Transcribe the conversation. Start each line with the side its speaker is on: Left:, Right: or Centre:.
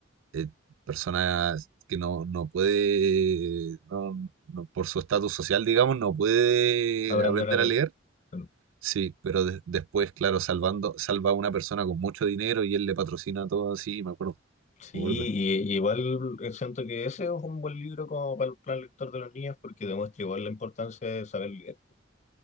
Right: eh, personas que no, no puede, no, no- por su estatus social, digamos, no puede
Left: aprender
Right: aprender
Left: a leer.
Right: a leer.
Left: Bueno,
Right: Sí, pero de- después, claro, salvando, salva a una persona con mucho dinero y él le patrocina todo así, me acuerdo.
Left: sí,
Right: Me acuerdo.
Left: y, y igual eh, siento que ese es un buen libro como para el plan lector de los niños porque demuestra igual la importancia de saber leer.